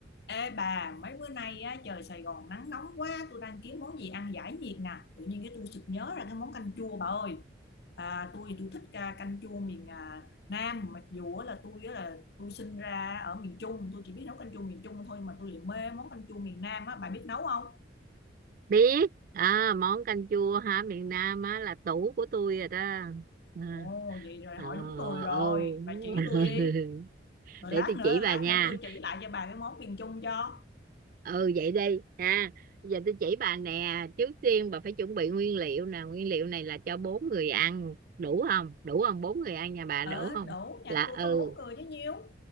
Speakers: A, on the left (about 60°); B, on the right (about 50°).
A: Ê bà, mấy bữa nay á, trời Sài Gòn nắng nóng quá, tôi đang kiếm món gì ăn giải nhiệt nè. Tự nhiên cái tôi sực nhớ ra cái món canh chua bà ơi. À, tôi thì tôi thích à, canh chua miền à, Nam, mặc dù á là tôi á là tôi sinh ra ở miền Trung, tôi chỉ biết nấu canh chua miền Trung thôi mà tôi lại mê món canh chua miền Nam á, bà biết nấu không?
B: biết à, món canh chua hả miền Nam á là tủ của tôi rồi đó à,
A: Ồ, vậy rồi
B: ờ,
A: hỏi đúng người rồi,
B: ừ.
A: bà chỉ
B: <laughs>
A: tôi đi. Rồi
B: để
A: lát
B: tôi
A: nữa,
B: chỉ
A: lát
B: bà nha
A: nữa tôi chỉ lại cho bà cái món miền Trung cho.
B: ừ vậy đi ha giờ tôi chỉ bà nè trước tiên bà phải chuẩn bị nguyên liệu nè nguyên liệu này là cho bốn người ăn đủ không đủ không bốn người ăn nhà bà
A: Ở
B: đủ không
A: đổ nhà
B: là
A: tôi
B: ừ
A: có bốn người chứ nhiêu.